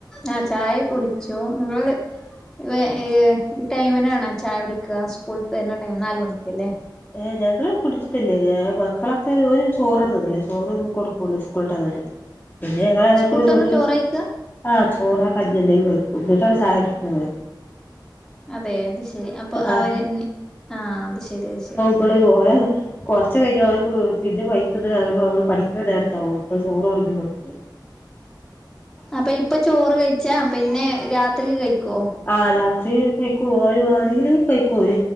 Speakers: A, in the centre; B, on the left (about 20°).
A: ആഹ് ചായ കുടിച്ചു നിങ്ങള് വേ ഈ ടൈമിനാണ് ചായ കുടിക്ക സ്കൂള് വരുന്ന ടൈം നാല് മണിക്ക് ല്ലേ
B: ഏ ഞങ്ങള്ൾ കുടിച്ചിട്ടില്ലേ ഞ മക്കളൊക്കെ ഒരു ചോറ്ത്തിന്നല്ലേ ചോറ് കൊടുക്കൊള്ളു സ്കൂൾ വിട്ട് വന്നിട്ട്
A: <inaudible>
B: പിന്നള
A: സ്കൂളിട്ട്
B: കു
A: വന്ന് ചോറ് കഴിക്കാ
B: ആഹ് ചോറ് <unintelligible> എന്നിട്ടാ ചായ കുടിക്കൂ
A: അതെ അത് ശെരി അപ്പൊ അവര്
B: ആഹ്
A: ആഹ് അത് ശരി അത് ശരി
B: പ്പള് ഓയ കുറച്ച് കഴിഞ്ഞാൽ കൽക്ക് പിന്നെ പൈക്കുമ്പഅവ പഠിക്കുന്ന നേരത്താവകും അപ്പൊ ചോറ് കൊടുക്കല്
A: അപ്പൊ ഇപ്പ ചോറ് കഴിച്ചാ പിന്നെ രാത്രിക്ക് കഴിക്കൊ?
B: ആ രാത്രി കയിക്കുവാണെങ്കില് കയ്ക്കും